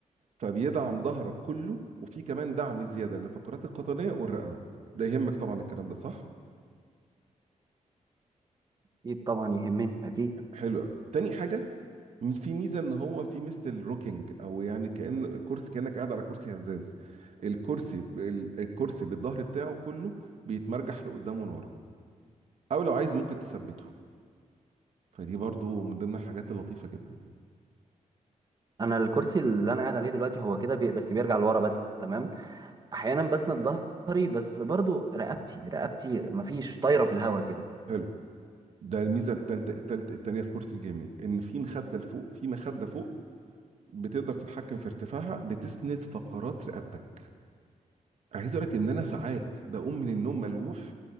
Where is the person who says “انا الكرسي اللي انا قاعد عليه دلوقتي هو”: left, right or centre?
Right